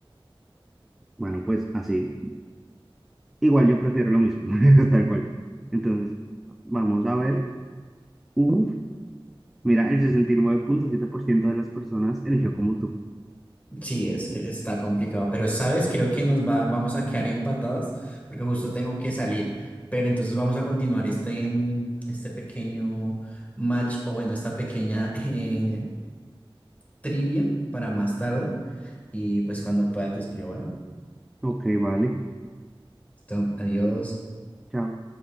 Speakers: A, in the centre; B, on the left.
A: Bueno, pues así. Igual yo prefiero lo mismo, <laughs> tal cual. Entonces, vamos a ver. Uf, mira, el sesenta y nueve punto siete por ciento de las personas eligió como tú.
B: Sí, es que está complicado, pero sabes, creo que nos va, vamos a quedar empatados porque justo tengo que salir, pero entonces vamos a continuar este, mm, este pequeño match o bueno, esta pequeña <laughs> eh, trivia para más tarde y pues cuando pueda te escribo, ¿vale?
A: Ok, vale.
B: Listo, adiós.
A: Chao.